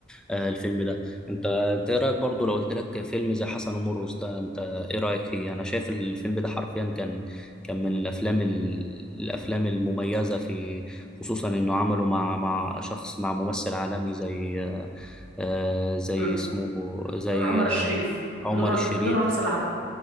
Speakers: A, in the centre; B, on the right.
A: آه، الفيلم ده أنت أنت إيه رأيك برضو لو قلت لك فيلم زي حسن ومرقص ده أنت إيه رأيك فيه؟ أنا شايف الفيلم ده حرفيا كان كان من الأفلام ال- الأفلام المميزة في خصوصا إنه عمله مع مع شخص مع ممثل عالمي زي آه، زي
B: ل-
A: اسمه زي
B: عمر الشريف
A: آه، عمر
B: لوران
A: الشريف
B: لورانس العرب